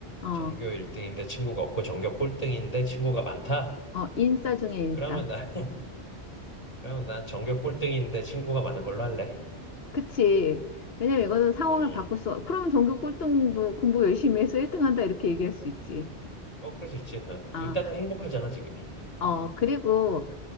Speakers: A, on the left (about 65°); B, on the left (about 35°).
A: 어,
B: 전교 1등인데 친구가 없고 전교 꼴등인데 친구가 많다.
A: 어, 인싸 중에 인싸.
B: 그러면 나 <laughs> 그러면 난 전교 꼴등인데 친구가 많은 걸로 할래.
A: 그치. 왜냐면 이거는 상황을
B: 음.
A: 바꿀 수, 없- 그러면 전교 꿀등도 공부 열심히 해서 1등 한다 이렇게 얘기할 수 있지.
B: 어, 그럴 수 있지. 응.
A: 아,
B: 일단은 행복하잖아, 지금.
A: 어, 그리고